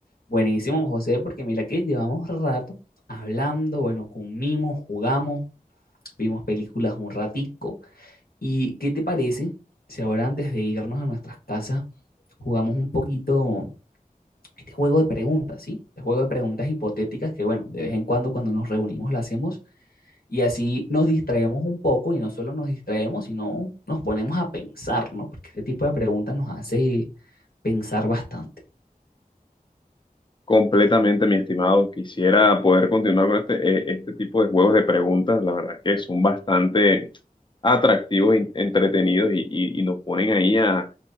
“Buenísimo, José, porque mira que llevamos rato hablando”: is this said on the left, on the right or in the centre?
Left